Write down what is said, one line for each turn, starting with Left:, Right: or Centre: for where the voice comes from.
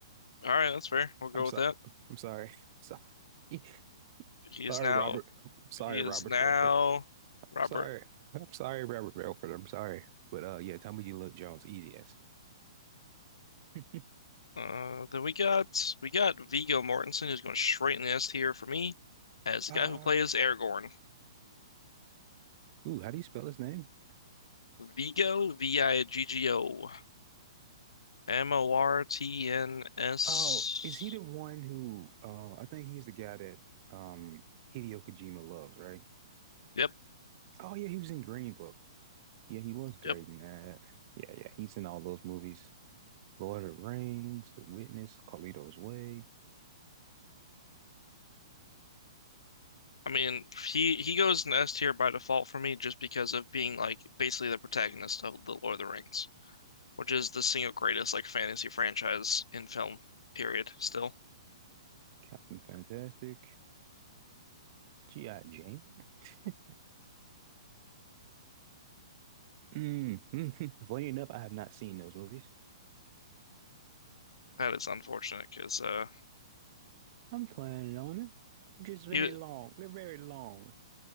Left: All right, that's fair. We'll
Right: <laughs>
Left: go
Right: I'm sorry.
Left: with that.
Right: I'm sorry. I'm sorry. <laughs>
Left: He
Right: Sorry,
Left: is now
Right: Robert. I'm sorry,
Left: he is
Right: Robert
Left: now
Right: Redford.
Left: Robert.
Right: Sorry. I'm sorry, Robert Redford. I'm sorry. But uh yeah, Tommy Lee Jones, easy ass. <laughs>
Left: Uh, then we got we got Viggo Mortensen, who's going straight in the S tier for me, as
Right: Uh,
Left: the guy who plays Aragorn.
Right: ooh, how do you spell his name?
Left: Viggo, V-I-G-G-O, M-O-R-T-N-S.
Right: Oh, is he the one who uh I think he's the guy that um Hideo Kojima loves, right?
Left: Yep,
Right: Oh yeah, he was in Green Book. Yeah, he was great
Left: yep.
Right: in that. Yeah, yeah, he's in all those movies. Lord of the Rings, The Witness, Carlito's Way,
Left: I mean, he he goes in the S tier by default for me, just because of being like basically the protagonist of the Lord of the Rings, which is the single greatest like fantasy franchise in film. Period. Still.
Right: Captain Fantastic, G.I. Jane. <laughs> Mm. <laughs> Funny enough, I have not seen those movies.
Left: That is unfortunate because uh,
Right: I'm planning on it. They're Just very
Left: he
Right: long. They're very long.